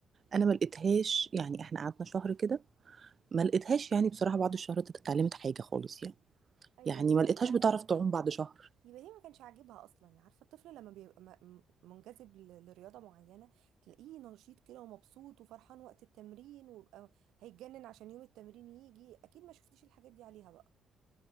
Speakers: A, on the right; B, on the right.
A: أنا ما لقيتهاش يعني إحنا قعدنا شهر كده ما لقيتهاش يعني بصراحة بعد الشهر ده اتعلمت حاجة خالص يعني
B: ايوه
A: يعني ما لقيتهاش
B: هي
A: بتعرف تعوم بعد شهر
B: يبقى هي ما كانش عاجبها اصلا عارفه الطفل لما بيبقى م- م- منجذب ل- لرياضه معينه تلاقيه نشيط كده ومبسوط وفرحان وقت التمرين ويبقى هيتجنن عشان يوم التمرين يجي اكيد ما شفتيش الحاجات دي عليها بقى